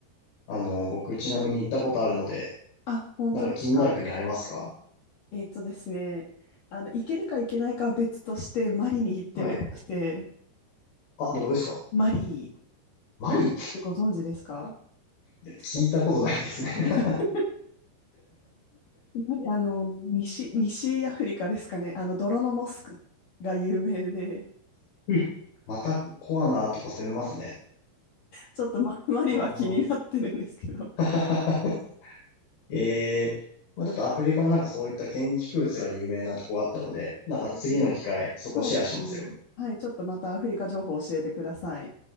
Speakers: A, on the left (about 75°); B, on the left (about 55°).
A: あの、僕ちなみに行ったことあるので、
B: あ、本当ですか
A: なんか気になる国ありますか
B: えっとですね、あの、行けるか行けないかは別として、マリに行ってみたくて、
A: はい。あ、どこですか
B: マリっ
A: マリい
B: てご存知ですか
A: や、聞いたことないですね。
B: 下
A: <laughs>
B: <laughs> マリあの、西、西アフリカですかね。あの、泥のモスクが有名で、
A: うんまたコアなとこ攻めますね。
B: ちょっとま、マリは気になってるんですけど。
A: ああ。<laughs> ええまあ、ちょっとアフリカもなんかそういった建築物が有名なとこあったので、なんか次の機会、
B: うん
A: そこシェアしますよ。
B: そうですね。はい、ちょっとまたアフリカ情報教えてください。